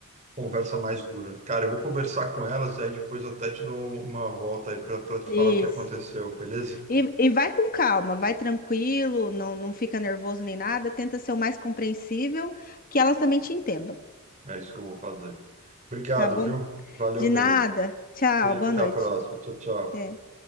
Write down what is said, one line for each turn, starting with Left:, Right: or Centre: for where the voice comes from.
Right: conversa mais dura. Cara, eu vou conversar com elas e aí depois eu até te dou uma volta aí para te
Left: Isso.
Right: falar o que aconteceu, beleza?
Left: E, e vai com calma, vai tranquilo, não, não fica nervoso nem nada, tenta ser o mais compreensível, que elas também te entendam,
Right: É isso que eu vou fazer. Obrigado,
Left: tá bom?
Right: viu? Valeu
Left: De
Right: mesmo.
Left: nada. Tchau,
Right: Beijo,
Left: boa
Right: Até
Left: noite.
Right: a próxima. Tchau, tchau.
Left: Até.